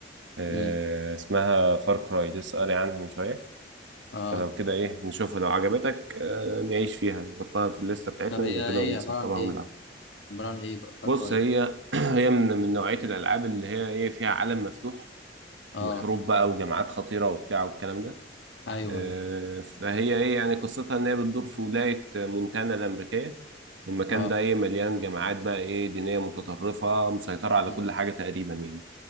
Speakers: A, on the right; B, on the left.
A: آه
B: امم
A: اسمها فار كراي لسه قاري عنها من شويه
B: اه
A: فلو كده ايه نشوفها لو عجبتك آه نعيش فيها نحطها في الليسته بتاعتنا
B: طب هي
A: ولو كده
B: ايه
A: نسطبها
B: عبارة عن ايه؟
A: ونلعب
B: عبارة عن ايه بقى فار
A: بص
B: كراي؟
A: هي <clears throat> هي من من نوعيه الالعاب اللي هي ايه فيها عالم مفتوح
B: اه
A: وحروب بقى وجماعات خطيره وبتاع والكلام ده
B: ايوه
A: آه،
B: ايوه
A: فهي ايه يعني قصتها ان هي بتدور في ولايه مونتانا الامريكيه المكان
B: اه
A: ده ايه مليان جماعات بقى ايه دينيه متطرفه مسيطره على
B: امم
A: كل حاجه تقريبا يعني